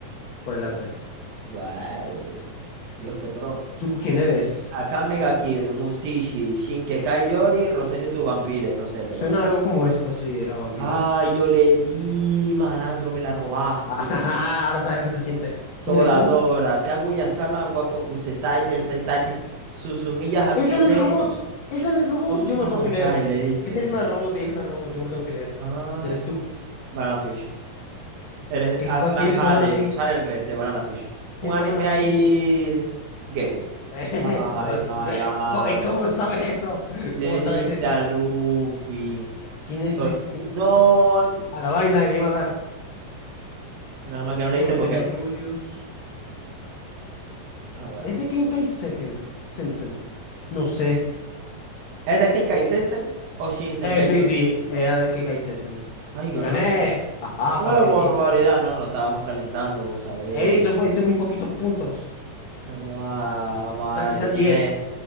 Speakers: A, on the left; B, on the right.
A: por el arte.
B: wow. Dios, qué pro.
A: ¿Tú quién eres?
B: acá Mega Kill, Musashi, Shinkekai Yori, Rosario tu Vampire. No sé, pero.
A: Suena algo como esto si era vampiros.
B: Ay,
A: <laughs>
B: yo le di, malandro, me la robaste.
A: Ah, ahora sabes lo que se siente. ¿Quién
B: Toradora,
A: eres tú?
B: Kaguya-sama, Wakokusetai, Tensei Tachi, Suzumiya Hakuri
A: Es la del
B: Series.
A: robot. Es la del robot.
B: Puso
A: Yo
B: unos
A: me la tengo
B: Honkai,
A: que leer.
B: le diste.
A: Esa es una robot y es una robot. Yo me la tengo que leer.
B: Ah,
A: ¿Quién eres tú?
B: Banana Fish. Él es
A: ¿Qué
B: Aslan
A: es, ba- qué es
B: Jade,
A: Banana Fish?
B: Talent Red de Banana Fish. Un
A: ¿Qué es
B: anime
A: Banana Fish?
B: ahí de- gay.
A: <laughs>
B: Ay, malandro.
A: ¿Cómo, y cómo sabes eso?
B: Le
A: ¿Cómo sabes
B: diste
A: eso?
B: a Luffy.
A: ¿Quién es
B: So-
A: este? quién-
B: No,
A: A la vaina le iba a dar.
B: menos mal que no
A: Obviamente
B: le diste porque.
A: no es Rudius.
B: A ver.
A: ¿Es de Kenkai Seken? Sensen. No sé.
B: ¿Es de Kenkai Sesen o Shinsenkai
A: Eh, sí,
B: Yori?
A: sí. Era de Kenkai Sensen.
B: Ay, ganaste.
A: Y gané. Ajá,
B: ¡Qué
A: facilito.
B: barbaridad! No, no, estábamos calentando, vos sabéis.
A: Eh, esto fue, esto muy poquitos puntos.
B: Vamos a, vamos a
A: Da,
B: darle
A: quizás
B: bien.
A: 10.